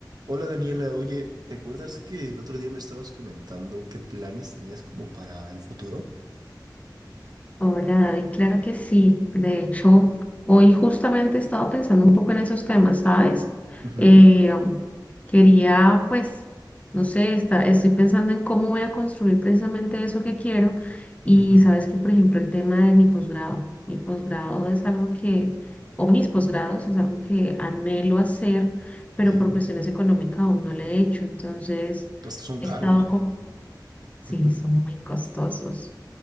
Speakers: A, on the right; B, on the left.
A: Hola Daniela, oye, ¿te acuerdas que el otro día me estabas comentando qué planes tenías como para el futuro?
B: Oh, Hola David, claro que sí. De hecho, hoy justamente estaba pensando un poco en esos temas, ¿sabes?
A: Ujú,
B: Eh, quería, pues, no sé, está, estoy pensando en cómo voy a construir precisamente eso que quiero. Y
A: ujú.
B: sabes que, por ejemplo, el tema de mi posgrado. Mi posgrado es algo que, o mis posgrados es algo que anhelo hacer, pero
A: Eh,
B: por cuestiones económicas aún no lo he hecho. Entonces,
A: es que son
B: he
A: caros.
B: estado con Sí,
A: Ujú.
B: son muy costosos.